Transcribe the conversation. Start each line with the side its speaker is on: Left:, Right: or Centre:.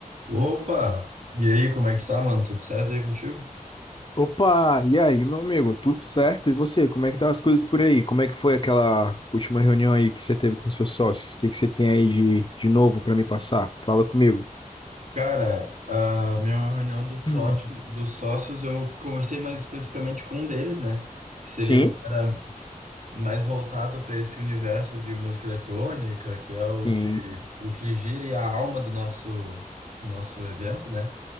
Right: Opa! E aí, como é que tu tá, mano? Tudo certo aí contigo?
Left: Opa, e aí, meu amigo? Tudo certo? E você? Como é que tá as coisas por aí? Como é que foi aquela última reunião aí que você teve com seus sócios? O que que você tem aí de, de novo para me passar? Fala comigo.
Right: Cara, a minha reunião dos, sócio,
Left: Hum.
Right: dos sócios, eu conversei mais especificamente com um deles, né? Que seria
Left: Sim,
Right: o cara mais voltado para esse universo de música eletrônica, que é o
Left: sim,
Right: que, o que gira e a alma do nosso, nosso evento, né?